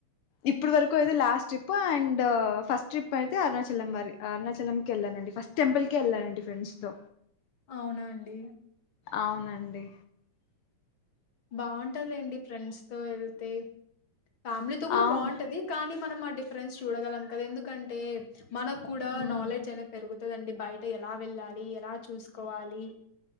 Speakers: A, on the left (about 65°); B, on the left (about 40°).
A: ఇప్పుడు
B: హ్మ్.
A: వరకు ఇది last trip and first trip అయితే అరుణాచలం మరి అరుణాచ లం కే వెళ్ళాలనండి ఫస్ట్ టెంపుల్ కే వెళ్ళాలనండి ఫ్రెండ్స్ తో
B: అవునా అండి
A: అవునండి
B: బాగుంటది లేండి ఫ్రెండ్స్ తో వెళ్తే ఫ్యామిలీతో కూడా
A: అవును
B: బాగుంటది కానీ మనం మా డిఫరెన్స్ చూడగలం కదా ఎందుకంటే మనకు కూడా
A: ఉమ్,
B: నాలెడ్జ్ అనేది పెరుగుతుంది చుడండి బయట ఎలా వెళ్ళాలి ఎలా చూసుకోవాలి